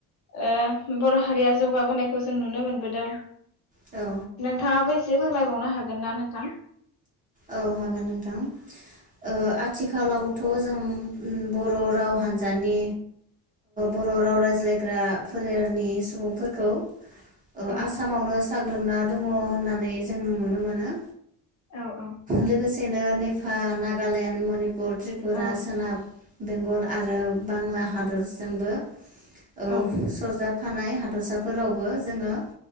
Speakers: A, on the left (about 45°); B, on the right (about 20°).
A: ओ बर हारिया जौगाबोनायखौ जों नुनो मोनबोदों।
B: औ
A: नोंथाङाबो एसे फोरमायबावनो हागोन ना नोंथां
B: औ हागोन नोंथां ओ आथिखालावथ जों बर राव हान्जानि बर राव रायज्लायग्रा फोलेरनि सुबुंफोरखौ ओ
A: औ
B: आसामावनो साग्लोबना दङ होननानै जों नुनो मोनो
A: औ औ
B: लोगोसे दिनो नेपाल नागालेण्ड मनिपुर त्रिपुरा
A: औ
B: सोनाब बेंगल आरो बांला हादरजोंबो ओ
A: औ
B: सरजाब थानाय हादरसाफोरावबो जोङो